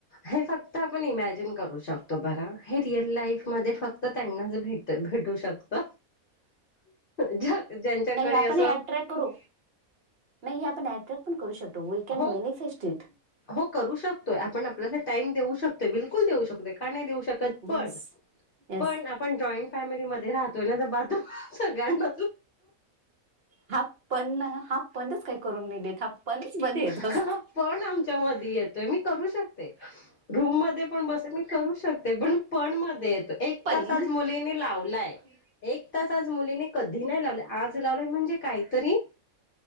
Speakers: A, on the left (about 45°); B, on the right (about 50°).
A: हे फक्त आपण इमॅजिन करू शकतो ब हे रिअल लाईफ म फक्त. मनजे भेटू शकत. ज्यांच्याकडे
B: नाही आपण
A: असं.
B: हे अट्रॅक्ट करू नाही हे आपण अट्रॅक्ट पण करू शकतो वी कॅन
A: हो
B: मॅनिफेस्ट इट
A: हो करू शकतोय आपण आपल्यासाठी. टाइम देऊ शकतोय बिलकुल देऊ शकत का नाही देऊ शकत
B: येस
A: पण
B: येस
A: पण आपण ज. फॅमिलीमध्येध्ये राहतोय ना तर बाजू सगळ्यांना.
B: हाफ पण हाफ पणच काय करून मी देत. हा प्पन मध्ये येतत.
A: हा पण आमच्या मधी येतोय मी करू शकते रूम मध्ये पण बसे मी करू शकते पण. पण मध्ये येतो एक
B: पण
A: तास आज मुलीनी लावलाय.
B: <inaudible>
A: ता आज मुलीने कधी नाही लावले आज लावले म्हणजे काहीतरी